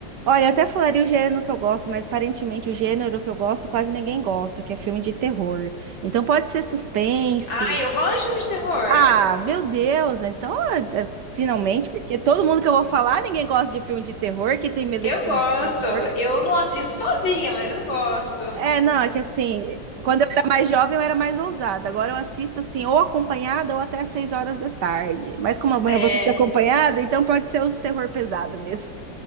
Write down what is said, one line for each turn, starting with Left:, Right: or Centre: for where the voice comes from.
Right: Olha, eu até falaria o gênero que eu gosto, mas aparentemente o gênero que eu gosto quase ninguém gosta, que é filme de terror. Então pode ser suspense.
Left: Ah, eu gosto de filme de terror.
Right: Ah, meu Deus! Então, é- é- finalmente, porque todo mundo que eu vou falar, ninguém gosta de filme de terror, que tem medo
Left: Eu
Right: de filme
Left: gosto.
Right: de terror.
Left: Eu não assisto sozinha, mas eu gosto.
Right: É, não, é que assim, quando eu era mais jovem, eu era mais ousada. Agora eu assisto assim, ou acompanhada ou até às seis horas da tarde. Mas como amanhã
Left: É.
Right: eu vou assistir acompanhada, então pode ser os terror pesado mesmo.